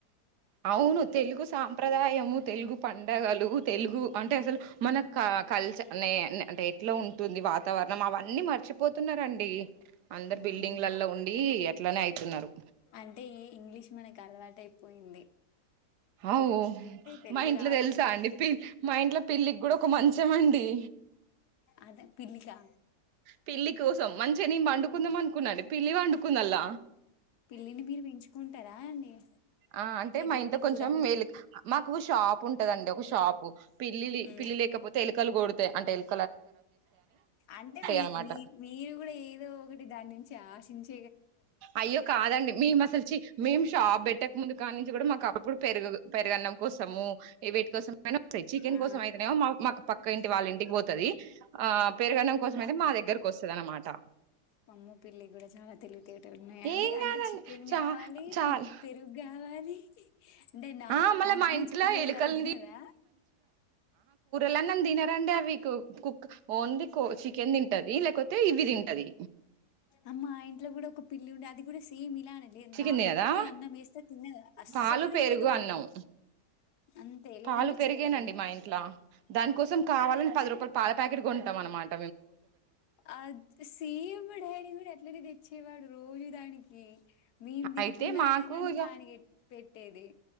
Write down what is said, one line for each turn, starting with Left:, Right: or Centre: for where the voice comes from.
Right: అవును తెలుగు సాంప్రదాయము తెలుగు పండగలు తెలుగు అంటే అసలు మన క కల్చర్ నే న్ అంటే ఎట్లా ఉంటుంది వాతావరణం అవన్నీ మర్చిపోతున్నరండి అందరు
Left: ఉమ్,
Right: బిల్డింగ్లళ్ళ ఉండి ఎట్లనే అయి స్తున్నారు
Left: అంటే ఇంగ్లీష్ మనకు అలవాటైపోయింది
Right: అవు
Left: తెలుగు
Right: మా ఇంట్లో
Left: రావట్లే
Right: తెలుసా అండి పి మా ఇంట్లో పిల్లికి కూడా ఒక మంచమండి
Left: అదే పిల్లికా
Right: పిల్లి కోసం మంచిగా నేను పండుకుందాంమని కున్నాను పిల్లి పండుకుంది అంధుల
Left: పిల్లి నీ మీరు పెంచుకుంటారా అండి
Right: ఆ అంటే
Left: పిల్లి
Right: మా ఇంట్లో
Left: ఇప్పుడు
Right: కొంచెం
Left: అన్
Right: వె మాకు షాప్ ఉంటదండి ఒక షాపు పిల్లి
Left: ఉమ్
Right: పిల్లి లేకపోతే ఎలుకలు కొడతాయి అంటే ఎల్
Left: అంటే మీ
Right: అనమాట
Left: మీ మీరు కూడా ఏదో ఒకటి దాని నుంచి ఆశించి
Right: అయ్యో కాదండి మేము అసలు మేము షాప్ పెట్ట ముందుకాని మా అప్పుడు పె పెరుగన్నం కోసము వేటి కోసం అయినా చికెన్
Left: ఆ
Right: కోసం అయితే మా మా పక్క ఇ వాళ్ళ ఇంటికి పోతుది పెరుగన్నం కోసం అయితే మా దగ్గర వస్తుంద అనన్నమాట
Left: వామ్మో పిల్లి కూడా చాలా తెలివి తేట ఉన్నాయండి
Right: ఏం
Left: అంటే
Right: కాదండి
Left: చికెన్
Right: చా
Left: కావాలి
Right: చాల్
Left: పిల్లి పెరుగు కావాలి ఆది అంటే నా
Right: ఆ మళ్ళ
Left: మంచి
Right: మా
Left: మంచి
Right: ఇంట్లో
Left: కూరలు
Right: ఎలుకల్ని
Left: అవి తినదా
Right: ల తినారాండి అవి కుక్ ఓన్లీ చికెన్ తింటది లేకపోతే ఇవి తింటది
Left: అమ్మ ఇంట్లో కూడా ఒక పిల్లి ఉండే అది కూడా సేమ్ ఇలానే
Right: చికెన్
Left: నా
Right: తినదా
Left: ఉత్తి అన్న మేస్తా తనదు అస్సలు
Right: పాలు
Left: తినదు
Right: పెరుగు అన్నం
Left: అంతే లేదంటే
Right: పాలు పెరిగేనండి
Left: చికెన్
Right: మా ఇంట్లో దానికి కోసం కావాలని పది రూపాయలు పాాల ప్యాకట్ కొంటాం అన్నమాట
Left: అది సీడడి గూడ అట్లనే తెచ్చేవాడు రోజు దానికికి హు మేం తినకున్నా
Right: అయితే మాకు
Left: కానీ
Right: ఇక
Left: దానికి పెట్టేది